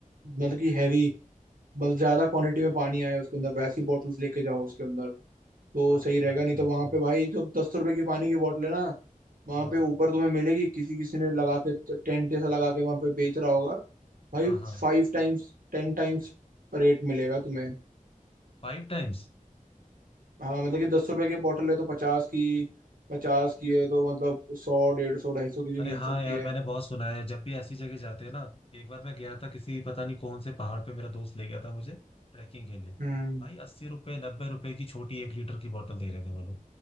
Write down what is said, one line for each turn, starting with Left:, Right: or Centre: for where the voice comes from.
Right: मतलब कि हैवी मतलब ज्यादा क्वांटिटी में पानी आए उसके अंदर वैसी बॉटल्स लेके जाओ उसके अंदर तो
Left: हाँ
Right: सही
Left: अच्छा
Right: रहेगा
Left: अच्छा
Right: नहीं तो
Left: अच्छा
Right: वहां पे भाई जो दस रुपए की पानी की बोतल है ना वहां
Left: हाँ
Right: पे ऊपर तुम्हें मिलेगी किसी किसी ने लगा के टेंट ऐसा लगा के वहां पे बेच रहा होगा भाई
Left: हाँ हाँ
Right: Five times ten times rate मिलेगा तुम्हें
Left: फाइव टाइम्स
Right: हाँ मतलब कि दस रुपए की बोतल है तो पचास की पचास की है तो मतलब सौ डेढ़ सौ ढाई सौ की भी
Left: अरे
Right: मिल
Left: हाँ
Right: सकती
Left: यार
Right: है
Left: मैंने बहुत सुना है जब भी ऐसी जगह जाते हैं ना एक बार मैं गया था किसी पता नहीं कौन से पहाड़ पे मेरा दोस्त ले गया था मुझे ट्रैकिंग के लिए
Right: हम्म
Left: भाई अस्सी रुपए नब्बे रुपए की छोटी एक लीटर की बोतल दे रहे थे वो लोग